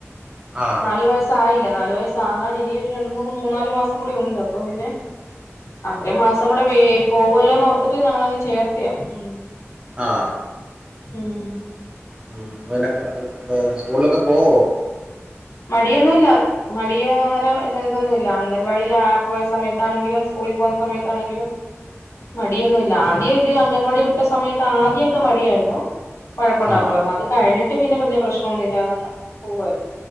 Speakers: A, on the right; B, on the left.
A: ആഹ്
B: നാലു വയസ്സായില്ല നാലു വയസ്സാകാൻ ഇനി ഒരു രണ്ട മൂന്ന് മൂന്നാല് മാസം കൂടി ഉണ്ട് അപ്പം പിന്നെ അത്രയും മാസം കൂടെ വേ പോകല്ലോന്ന് ഓർത്തിട്ട് ഞങ്ങളങ്ങ് ചേർത്തിയാ ഉം.
A: ആഹ്
B: ഉം
A: ഉം പിന്നെ പ്പാ സ്‌കൂള്ലക്കെ പോവോ?
B: മടിയൊന്നുംല്ല മടിയ അങ്ങനെ ത് ഇതൊന്നുല്ല അംഗൻവാടിൽ ആഹ് പോയ സമയത്താണെങ്കിലും സ്കൂള് പോയ സമയത്താണെങ്കിലും മടിയൊന്നുല്ല ആദ്യം ഇത് അംഗൻവാടി വിട്ട സമയത്ത് ആദ്യൊക്കെ മടിയായിരുന്നു. വഴക്ക്ണ്ടാക്കുവായിരുന്നു
A: ആഹ്
B: അത് കഴിഞ്ഞിട്ട് പിന്നെ പിന്നെ പ്രശ്നൊന്നുല്ല പോവേ